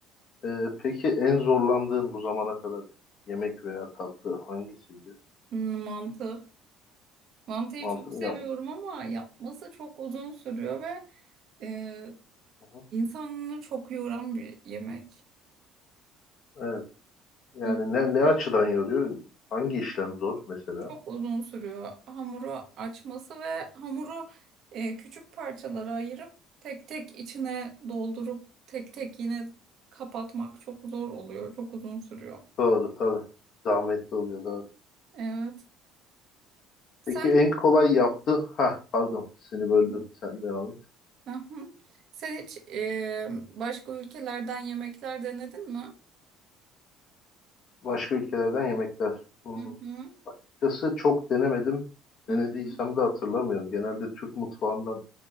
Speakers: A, on the left; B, on the right.
A: Ee, peki en zorlandığın bu zamana kadar yemek veya tatlı hangisiydi?
B: Hmm, Mantı. Mantıyı
A: Mantı
B: çok
A: mı
B: seviyorum
A: yapma?
B: ama yapması çok uzun sürüyor ve e,
A: Hı
B: insanını çok yoran bir yemek.
A: hı. Yani
B: Hı,
A: ne, ne açıdan yoruyor? Hangi işlem zor mesela?
B: Çok uzun sürüyor hamuru açması ve hamuru e, küçük parçalara ayırıp tek tek içine doldurup tek tek yine kapatmak çok zor oluyor. Çok uzun sürüyor.
A: Doğru tabii. Zahmetli oluyor doğru.
B: Evet. Sen
A: Peki en kolay yaptı Ha pardon seni böldüm.
B: hiç...
A: Sen devam et.
B: Hı hı. Sen hiç e, başka ülkelerden yemekler denedin mi?
A: Başka ülkelerden yemekler. Hmm.
B: Hı hı.
A: Açıkçası çok denemedim.
B: Hı
A: Denediysem
B: hı.
A: de hatırlamıyorum. Genelde Türk mutfağından